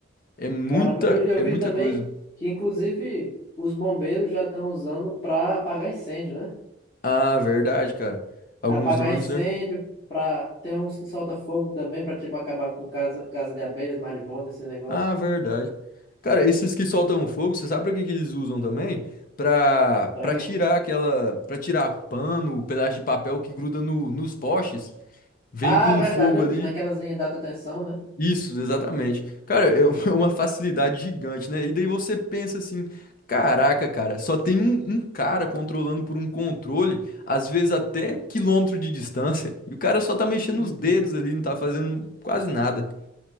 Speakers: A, on the left; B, on the left.
A: É muita,
B: Para... Eu, eu
A: é
B: vi
A: muita
B: também
A: coisa.
B: que, inclusive, os bombeiros já estão usando para apagar incêndio, né?
A: Ah, verdade, cara. Alguns
B: apagar
A: drones,
B: incêndio,
A: né?
B: pra... tem uns que soltam fogo também pra tipo acabar com casa, casa de abelha, marimbondo, esse negócio.
A: Ah, verdade. Cara, esses que soltam fogo, você sabe pra que que eles usam também? Pra,
B: Pra
A: pra
B: quê?
A: tirar aquela, pra tirar pano, pedaço de papel que gruda no, nos postes, vem
B: Ah,
A: com um
B: é verdade,
A: fogo
B: eu
A: ali.
B: vi. Naquelas linhas de alta tensão, né?
A: Isso, exatamente. Cara, é <laughs> é uma facilidade gigante, né? E daí você pensa assim, caraca, cara, só tem um, um cara controlando por um controle, às vezes até quilômetro de distância, e o cara só tá mexendo
B: Uhum.
A: os dedos ali, não tá fazendo quase nada.